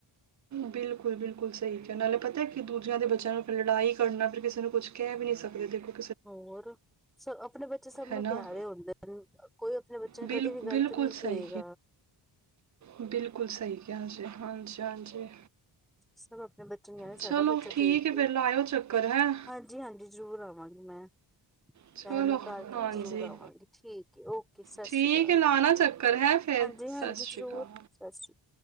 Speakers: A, on the right; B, in the centre.
A: ਬਿਲਕੁਲ-ਬਿਲਕੁਲ ਸਹੀ ਕਿਹਾ, ਨਾਲੇ ਪਤਾ ਹੈ ਕਿ ਧੂੱਦ ਦੂਜਿਆ ਦੇ ਬੱਚਿਆਂ ਨੂੰ, ਫਿਰ ਲੜਾਈ ਕਰਨਾ, ਫਿਰ ਕਿਸੇ ਨੂੰ ਕੁਛ ਕਹਿ ਵੀ ਨਈ ਸਕਦੇ, ਬਿਲਕੁਲ
B: ਹੋਰ, ਸ ਆਪਣੇ ਬੱਚੇ ਸਭ
A: ਹੈ
B: ਨੂੰ
A: ਨਾ
B: ਪਿਆਰੇ ਹੁੰਦੇ ਨੇ ਕੋਈ ਆਪਣੇ ਬਚ ਜਾ
A: ਬਿਲ
B: ਕਦੇ ਵੀ
A: ਬਿਲਕੁਲ
B: ਗਲਤ ਨਈ
A: ਸਹੀ
B: ਕਹੇਗਾ।
A: ਬਿਲਕੁਲ ਸਹੀ ਕਿਹਾ, ਹਾਂ ਹਾਂਜੀ-ਹਾਂਜੀ
B: ਸਭ ਆਪਣੇ ਬੱਚਿਆਂ ਦੀ, ਸਾਡਾ
A: ਚਲੋ
B: ਬੱਚਾ ਠੀਕ
A: ਫਿਰ
B: ਹੈ,
A: ਲਾਇਓ ਚੱਕਰ ਹੈ
B: ਹਾਂਜੀ ਜੀ, ਹਾਂਜੀ ਜ਼ਰੂਰ ਆਵਾਂਗੀ ਮੈਂ
A: ਚਲੋ
B: ਟਾਈਮ, ਨਿਕਾਲ ਕੇ
A: ਹਾਂਜੀ
B: ਮੈਂ ਜ਼ਰੂਰ ਆਵਾਂਗੀ, ਠੀਕ ਹੈ। ਓਕੇ ਸਤਿ
A: ਠੀਕ
B: ਸ੍ਰੀ ਅਕਾਲ।
A: ਹੈ ਲਾਣਾ ਚੱਕਰ ਹੈ ਫਿਰ
B: ਹਾਂਜੀ-ਹਾਂਜੀ
A: ਸਤਿ ਸ਼੍ਰੀ
B: ਜ਼ਰੂਰ,
A: ਅਕਾਲ
B: ਸਤਿ ਸ਼੍ਰੀ ਅਕਾਲ।